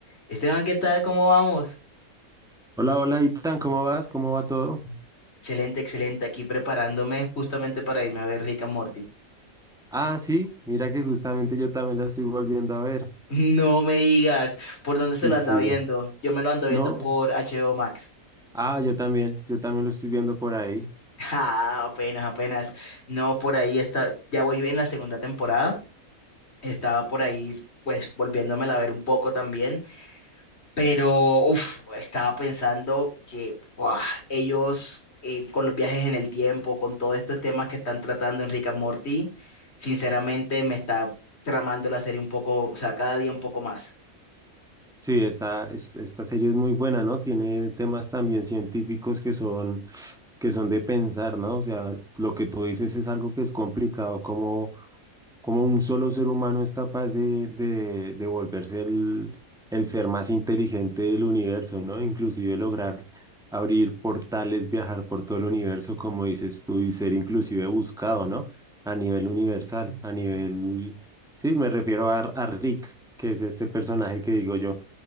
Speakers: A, on the left; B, in the centre.
A: Esteban, ¿qué tal? ¿Cómo vamos?
B: Hola, hola, Itan, ¿cómo vas? ¿Cómo va todo?
A: Excelente, excelente. Aquí preparándome justamente para irme a ver Rick and Morty. <laughs>
B: Ah, sí, mira que justamente yo también la estoy volviendo a ver.
A: No me digas por dónde
B: Sí,
A: se lo
B: sí.
A: anda viendo. Yo me lo ando
B: No,
A: viendo por HBO Max.
B: ah, yo también, yo también lo estoy viendo por ahí.
A: <laughs> Ah, apenas, apenas. No, por ahí está. Ya voy en la segunda temporada. Estaba por ahí, pues, volviéndomela a ver un poco también. Pero uf, estaba pensando que ¡guau! ellos eh, con los viajes en el tiempo, con todos estos temas que están tratando en Rick and Morty, sinceramente me está tramando la serie un poco, o sea, cada día un poco más.
B: Sí, esta, es- esta serie es muy buena, ¿no? Tiene temas también científicos que son, que son de pensar, ¿no? O sea, lo que tú dices es algo que es complicado, como como un solo ser humano es capaz de, de, de volverse el, el ser más inteligente del universo, ¿no? Inclusive lograr abrir portales, viajar por todo el universo, como dices tú, y ser inclusive buscado, ¿no? A nivel universal, a nivel... Sí, me refiero a, a Rick, que es este personaje que digo yo,